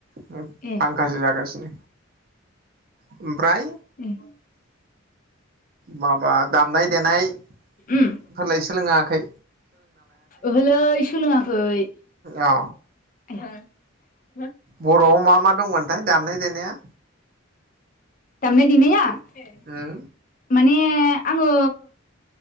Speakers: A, on the right (about 45°); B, on the left (about 40°).
A: उम
B: ए
A: फांखासो जागासिनो ओमफ्राय
B: ए
A: माबा दामनाय देनाय
B: उम
A: फोरलाय सोलोङा? खै।
B: ओहोलै सोलोङा खै।
A: अ।
B: <unintelligible>
A: बर'आव मा मा दंमोनथाय दामनाय देनाया?
B: दामनाय देनाया? <unintelligible>
A: उम
B: माने ए आंङो